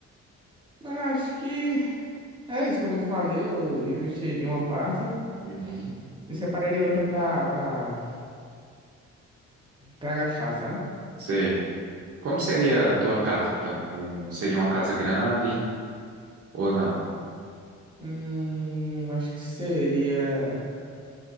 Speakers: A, on the right (about 15°); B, on the right (about 50°).
A: Mano, acho que é isso, como eu falei, eu investiria uma parte.
B: Uhum,
A: Eu separei outra pra, pra, pra gastar, sabe?
B: sei. Como seria a tua casa, então? Com- seria uma casa grande ou não?
A: Hum, acho que seria.